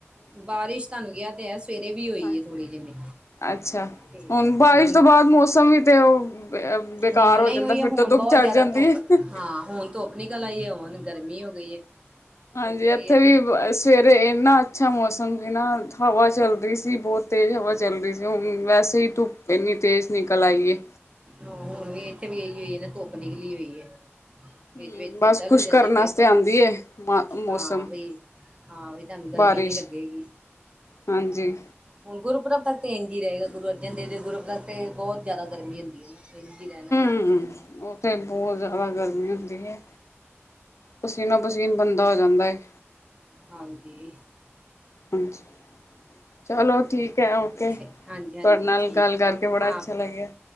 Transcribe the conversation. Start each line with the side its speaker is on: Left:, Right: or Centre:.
Right: ਬਾਰਿਸ਼ ਤੁਹਾਨੂੰ ਕਿਹਾ ਤੇ ਹੈ ਸਵੇਰੇ ਵੀ ਹੋਈ
Left: ਹਾਂ
Right: ਹੈ ਥੋੜ੍ਹੀ ਜਿੰਨੀ
Left: ਅੱਛਾ
Right: ਤੇ
Left: ਬਾਰਿਸ਼
Right: ਹੁਣ
Left: ਤੋਂ ਬਾਅਦ ਮੌਸਮ ਵੀ ਤੇ ਉਹ ਬੇਕਾਰ
Right: ਹੁਣ
Left: ਹੋ
Right: ਨਾ
Left: ਜਾਂਦਾ
Right: ਉਹੀਓ
Left: ਫਿਰ
Right: ਹੁਣ
Left: ਤਾਂ ਧੁੱਪ
Right: ਬਹੁਤ
Left: ਚੜ
Right: ਜਿਆਦਾ
Left: ਜਾਂਦੀ
Right: ਧੁੱਪ
Left: ਹੈ।
Right: ਹਾਂ ਹੁਣ ਧੁੱਪ ਨਿਕਲ ਆਈ ਏ ਹੁਣ ਗਰਮੀ ਹੋ ਗਈ ਹੈ
Left: ਹਾਂਜੀ
Right: ਹੁਣ ਇਹ
Left: ਇੱਥੇ
Right: ਹੈ
Left: ਵੀ ਬਸ ਸਵੇਰੇ ਇੰਨਾ ਅੱਛਾ ਮੌਸਮ ਸੀ ਨਾ ਹਵਾ ਚੱਲ ਰਹੀ ਸੀ ਬਹੁਤ ਤੇਜ਼ ਹਵਾ
Right: ਹਾਂ
Left: ਚੱਲ ਰਹੀ ਸੀ ਹੁਣ ਵੈਸੇ ਹੀ ਧੁੱਪ ਇੰਨੀ ਤੇਜ਼ ਨਿਕਲ ਆਈਏ।
Right: ਆਹੋ ਹੁਣ ਵੀ ਇੱਥੇ ਵੀ ਇਹੀਓ ਈ ਏ ਨਾ ਧੁੱਪ ਨਿਕਲੀ ਹੋਈ ਏ।
Left: ਹੂੰ
Right: ਵਿੱਚ ਵਿਚ
Left: ਬਸ
Right: ਬੱਦਲ
Left: ਖੁਸ਼
Right: ਹੋ ਜਾਂਦੈ
Left: ਕਰਨ
Right: ਫੇਰ
Left: ਵਾਸਤੇ
Right: ਧੁੱਪ
Left: ਆਂਦੀ ਏ ਮਾ ਮੌਸਮ
Right: ਹਾਂ ਵੇ ਹਾਂ ਉਹੀ ਤੁਹਾਨੂੰ ਗਰਮੀ
Left: ਬਾਰਿਸ਼
Right: ਨੀ ਲੱਗੇਗੀ।
Left: ਹਾਂਜੀ
Right: ਹੁਣ ਗੁਰਪੁਰਬ ਤੱਕ ਤੇ ਇੰਝ ਹੀ ਰਹੇਗਾ ਗੁਰੂ ਅਰਜਨ ਦੇਵ ਦੇ ਗੁਰਪੁਰਖ ਤੇ ਬਹੁਤ ਜਿਆਦਾ ਗਰਮੀ ਹੁੰਦੀ। ਹੁੰਦੀ ਏ ਨਾ ਇੰਝ ਹੀ ਰਹਿਣੈ।
Left: ਹਮ ਉਹ ਤੇ ਬਹੁਤ ਗਰਮੀ ਹੁੰਦੀ ਏ ਪਸੀਨੋ ਪਸੀਨ ਬੰਦਾ ਹੋ ਜਾਂਦਾ ਏ।
Right: ਹਾਂਜੀ
Left: ਹਾਂਜੀ ਚਲੋ ਠੀਕ ਹੈ ਓਕੇ
Right: ਠੀ- ਹਾਂਜੀ ਹਾਂਜੀ
Left: ਤੁਹਾਡੇ ਨਾਲ
Right: ਠੀਕ
Left: ਗੱਲ
Right: ਹੈ
Left: ਕਰਕੇ
Right: ਠੀਕ ਹੈ
Left: ਬੜਾ
Right: ਹਾਂ
Left: ਅੱਛਾ ਲੱਗਿਆ।